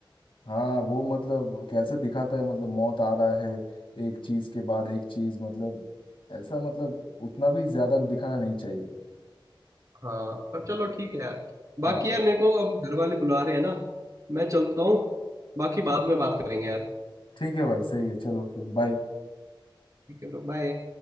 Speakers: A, on the left; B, on the right.
A: हाँ वो मतलब कैसे दिखाता है मतलब मौत आ रहा है एक चीज के बाद एक चीज मतलब ऐसा मतलब उतना भी ज्यादा दिखाना नहीं चाहिए
B: हाँ पर चलो
A: हाँ
B: ठीक है यार बाकी
A: हाँ
B: यार मेरे को अब घर वाले बुला रहे हैं ना मैं चलता हूँ बाकी बाद में बात करेंगे यार
A: ठीक है भाई सही है चलो फिर बाय
B: ठीक है ब्रो बाय